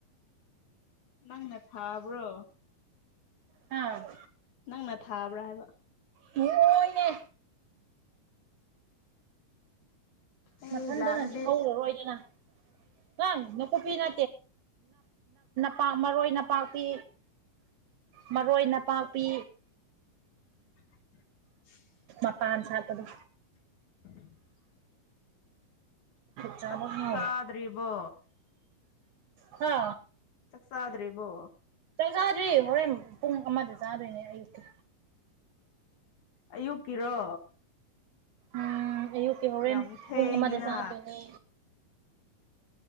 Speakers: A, on the left; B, on the right.
A: ꯅꯪꯅ ꯊꯥꯕ꯭ꯔꯣ
B: ꯑꯥ
A: ꯅꯪꯅ ꯊꯥꯕ꯭ꯔꯥ ꯍꯥꯏꯕ
B: ꯂꯣꯏꯅꯦ
A: ꯑꯩ
B: ꯃꯊꯟꯇꯅꯗꯤ
A: ꯂꯥꯛꯑꯗꯤ
B: ꯍꯧꯔꯔꯣꯏꯗꯅ ꯅꯣꯏ ꯅꯥꯀꯨꯞꯄꯤꯅ ꯄꯥꯛ ꯃꯔꯣꯏ ꯅꯄꯥꯛꯄꯤ ꯃꯔꯣꯏ ꯅꯄꯥꯛꯄꯤ
A: <unintelligible>
B: ꯄꯥꯡ ꯁꯥꯄꯗ
A: <unintelligible>
B: ꯆ
A: ꯆꯥꯛ
B: ꯍ
A: ꯆꯥꯗ꯭ꯔꯤꯕꯣ
B: ꯍꯥ
A: ꯆꯛꯁꯗ꯭ꯔꯤ ꯏꯕꯣ
B: ꯆ ꯆꯗ꯭ꯔꯤ ꯍꯣꯔꯦꯟ ꯄꯨꯡ ꯑꯃꯗ ꯆꯥꯗꯣꯏꯅꯦ ꯑꯌꯨꯛꯇ
A: ꯎ ꯑꯌꯨꯛꯀꯤꯔꯣ
B: ꯎꯝ ꯑꯌꯨꯛꯀꯤ ꯍꯣꯔꯦꯟ
A: ꯌꯥꯝ ꯊꯦꯡꯉꯤꯅ
B: ꯄꯨꯡ ꯑꯃꯗ ꯆꯥꯗꯣꯏꯅꯦ